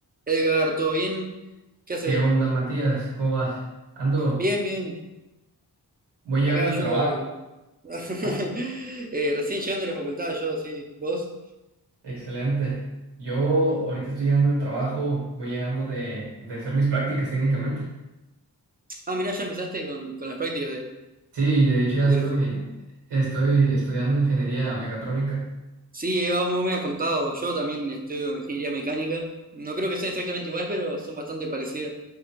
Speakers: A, on the right (about 20°); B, on the right (about 80°).
A: Edgar, ¿todo bien? ¿Qué haces?
B: ¿Qué onda, Matías? ¿Cómo vas? Ando,
A: Bien, bien.
B: voy llegando
A: Acá
B: del
A: yo.
B: trabajo.
A: <laughs>
B: Ah,
A: eh, recién llegando de la facultad, yo, sí. ¿Vos?
B: <laughs> excelente. Yo ahorita estoy llegando del trabajo, voy llegando de, de hacer mis prácticas técnicamente.
A: Ah, mirá, ya empezaste con, con las prácticas de,
B: Sí, y de hecho ya
A: de
B: estoy,
A: la facu.
B: en- estoy estudiando ingeniería mecatrónica.
A: Sí, eh, vos me has contado. Yo también estudio ingeniería mecánica. No creo que sean exactamente iguales, pero son bastante parecidas.